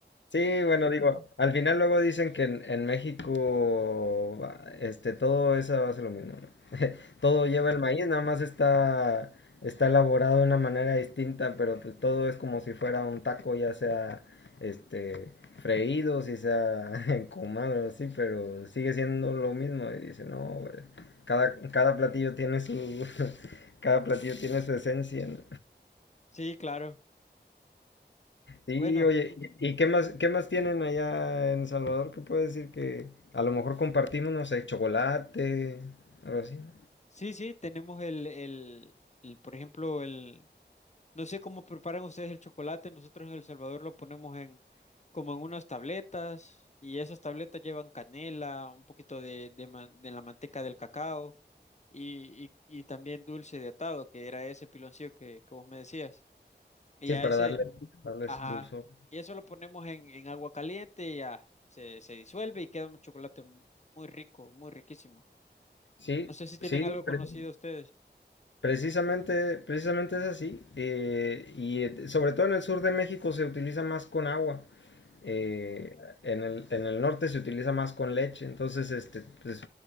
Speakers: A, on the left; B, on the left.
A: Sí, bueno, digo, al final luego dicen que en, en México, ah, este, todo eso hace lo mismo, ¿no? <laughs> Todo lleva el maíz, nada más está, está elaborado de una manera distinta, pero pues todo es como si fuera un taco, ya sea, este, freído, si sea <laughs> encumado, así, pero sigue siendo lo mismo. Y dice, no, güey, cada, cada platillo tiene su, <laughs> cada platillo tiene su esencia, ¿no?
B: Sí, claro.
A: Sí,
B: Bueno,
A: oye, ¿y y qué más, qué más tienen allá en Salvador? ¿Qué puede decir que a lo mejor compartimos, no sé, chocolate, algo así, ¿no?
B: sí, sí, tenemos el, el, el, por ejemplo, el, No sé cómo preparan ustedes el chocolate. Nosotros en El Salvador lo ponemos en como en unas tabletas y esas tabletas llevan canela, un poquito de, de, ma- de la manteca del cacao y, y, y también dulce de atado, que era ese piloncillo que, que vos me decías. Y
A: Sí,
B: a
A: para
B: ese,
A: darle, darles
B: ajá,
A: dulzor.
B: y eso lo ponemos en, en agua caliente y ya se, se disuelve y queda un chocolate mu- muy rico, muy riquísimo.
A: Sí,
B: No sé si tienen
A: sí,
B: algo conocido
A: pero-
B: ustedes.
A: Precisamente, precisamente es así. eh, y eh, sobre todo en el sur de México se utiliza más con agua. eh,
B: Ujú.
A: en el, en el norte se utiliza más con leche. Entonces, este, pues,